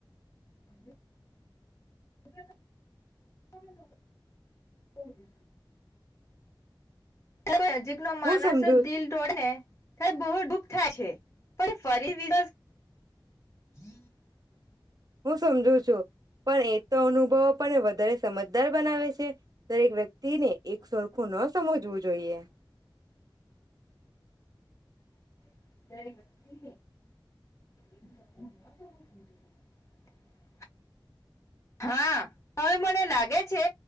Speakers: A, on the left; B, on the right.
A: <inaudible> કોઈ નજીક નો માનસ
B: હું સમજુ
A: જ દિલ તોડે ને ત્યારે બહુ દુઃખ થાય છે પણ ફરી <unintelligible>
B: હું સમજુ છું પણ એ તો અનુભવ. આપણને વધારે સમજદાર બનાવે છે દરેક વ્યક્તિને એક સરખું ન સમજવું જોઈએ.
A: <inaudible> હા હવે મને લાગે છે